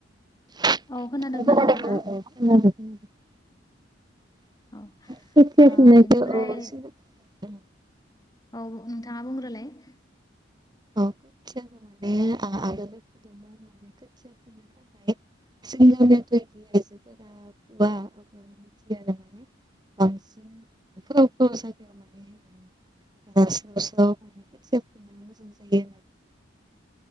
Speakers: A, on the right (about 20°); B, on the left (about 20°).
A: <unintelligible>
B: औ खोनादोंना नोंथाङा?
A: औ
B: औ ओ बेनिफ्राय
A: <unintelligible>
B: औ नोंथाङा बुंग्रोलाय ।
A: <unintelligible> रानस्राव स्राव खोथिया <unintelligible> फैनानै मोजां जायो